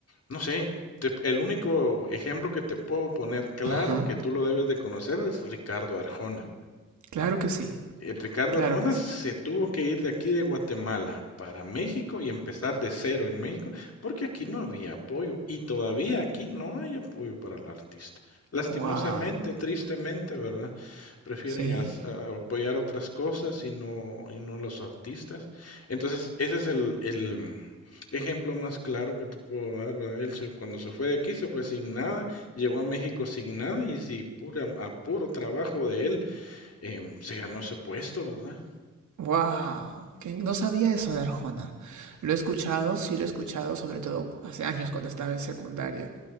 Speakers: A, on the left; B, on the right.
A: no sé, te- el único ejemplo que te puedo poner claro
B: Ajá.
A: que tú lo debes de conocer es Ricardo Arjona.
B: Claro que sí.
A: Eh, Ricardo
B: Claro
A: Arjona
B: que sí.
A: se tuvo que ir de aquí de Guatemala para México y empezar de cero en México porque aquí no había apoyo y todavía aquí no hay apoyo para el artista. Lastimosamente,
B: Wow.
A: tristemente, ¿verdad? Prefieren
B: Sí.
A: as- a- apoyar otras cosas y no, y no los artistas. Entonces, ese es el, el ejemplo más claro que te puedo dar, ¿verdad? Él se- cuando se fue de aquí se fue sin nada, llegó a México sin nada y si pura, a puro trabajo de él em, se ganó ese puesto, ¿verdad?
B: Wow. Que no sabía eso de Arjona. Lo he escuchado, sí lo he escuchado, sobre todo hace años cuando estaba en secundaria.